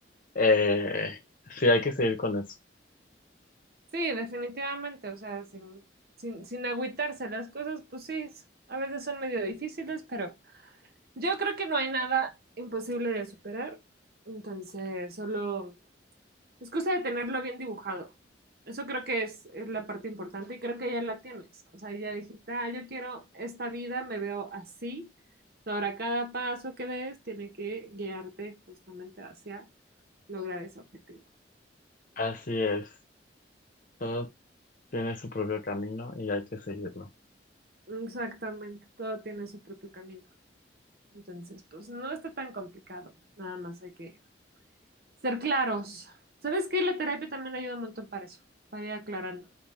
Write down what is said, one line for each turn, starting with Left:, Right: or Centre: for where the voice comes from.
Left: eh, sí, hay que seguir con eso.
Right: Sí, definitivamente, o sea, sin, sin, sin agüitarse las cosas, pues sí, es- a veces son medio difíciles, pero yo creo que no hay nada imposible de superar, entonces solo... Es cosa de tenerlo bien dibujado. Eso creo que es, es la parte importante y creo que ya la tienes. O sea, ya dijiste, ah, yo quiero esta vida, me veo así. Ahora cada paso que des tiene que guiarte justamente hacia lograr ese objetivo.
Left: Así es. Todo tiene su propio camino y hay que seguirlo.
Right: Exactamente, todo tiene su propio camino. Entonces, pues no está tan complicado. Nada más hay que Ser claros. ¿Sabes qué? La terapia también ayuda un montón para eso, para ir aclarando.